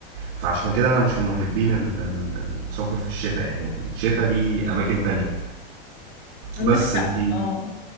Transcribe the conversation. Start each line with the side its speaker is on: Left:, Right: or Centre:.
Right: فعشان كده انا مش من محبين ال- ال- السفر في الشتاء يعني الشتاء ليه اماكن تانية
Left: عندك
Right: بس
Left: حق
Right: انت
Left: اه